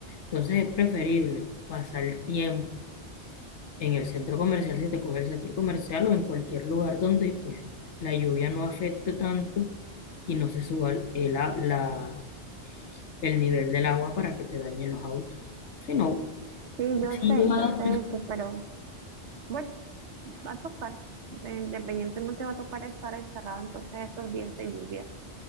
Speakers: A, on the left; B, on the right.
A: Entonces es preferible pasar el tiempo en el centro comercial, si te coge el centro comercial o en cualquier lugar donde pues la lluvia no afecte tanto y no se suba el, a- la, el nivel del agua para que te dañen los autos. Si no,
B: Sí, yo
A: si
B: sé,
A: yo a-
B: yo sé eso, pero bueno, va a tocar, de- independientemente va a tocar estar encerrado entonces estos días de lluvia,